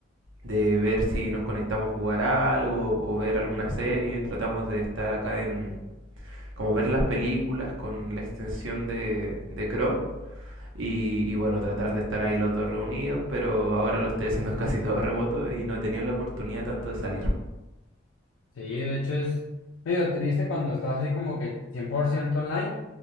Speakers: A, on the right (about 75°); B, on the left (about 80°).
A: de ver si nos conectamos a jugar algo o ver alguna serie, tratamos de estar acá en, como ver las películas con la extensión de, de Chrome. Y, y bueno, tratar de estar ahí los dos reunidos, pero ahora lo estoy haciendo <laughs> casi todo remoto y no he tenido la oportunidad tanto de salir.
B: Sí, de hecho es medio triste cuando estás así como que 100% online,